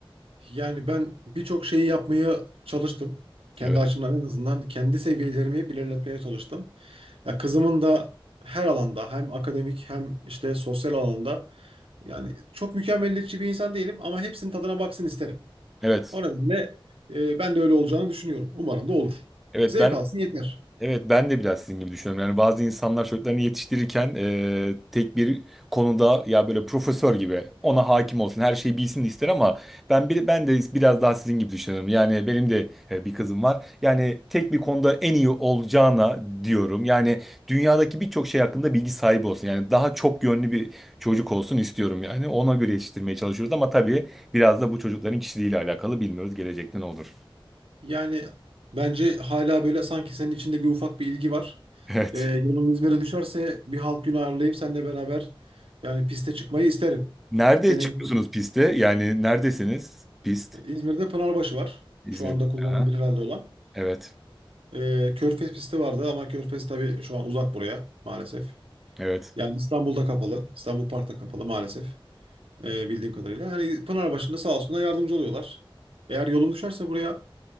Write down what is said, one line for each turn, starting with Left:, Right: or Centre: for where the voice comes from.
Right: Yani ben birçok şeyi yapmaya çalıştım. Kendi
Centre: Evet.
Right: açımdan en azından kendi seviyelerimi hep ilerletmeye çalıştım. Ya kızımın da her alanda hem akademik hem işte sosyal alanda yani çok mükemmeliyetçi bir insan değilim ama hepsinin tadına baksın isterim.
Centre: Evet.
Right: O nedenle e, ben de öyle olacağını düşünüyorum. Umarım da olur.
Centre: Evet
Right: Zevk
Centre: ben
Right: alsın yeter.
Centre: evet ben de biraz sizin gibi düşünüyorum. Yani bazı insanlar çocuklarını yetiştirirken eee, tek bir konuda ya böyle profesör gibi ona hakim olsun, her şeyi bilsin ister ama ben bir ben de biraz daha sizin gibi düşünüyorum. Yani benim de e, bir kızım var. Yani tek bir konuda en iyi olacağına diyorum. Yani dünyadaki birçok şey hakkında bilgi sahibi olsun. Yani daha çok yönlü bir çocuk olsun istiyorum yani. Ona göre yetiştirmeye çalışıyoruz ama tabii biraz da bu çocukların kişiliğiyle alakalı bilmiyoruz gelecekte ne olur.
Right: Yani bence hala böyle sanki senin içinde bir ufak bir ilgi var.
Centre: <laughs> Evet.
Right: E, yolun İzmir'e düşerse bir halk günü ayarlayıp seninle beraber yani piste çıkmayı isterim.
Centre: Nerede
Right: Deneyim.
Centre: çıkıyorsunuz piste? Yani neredesiniz? Pist.
Right: İzmir'de Pınarbaşı var.
Centre: İzmir.
Right: Şu anda kullanılabilir
Centre: Aha,
Right: halde olan.
Centre: Evet.
Right: Ee, Körfez pisti vardı ama Körfez tabii şu an uzak buraya maalesef.
Centre: Evet.
Right: Yani İstanbul'da kapalı. İstanbul Park'ta kapalı maalesef. Ee, bildiğim kadarıyla. Hani Pınarbaşı'nda sağ olsunlar yardımcı oluyorlar. Eğer yolun düşerse buraya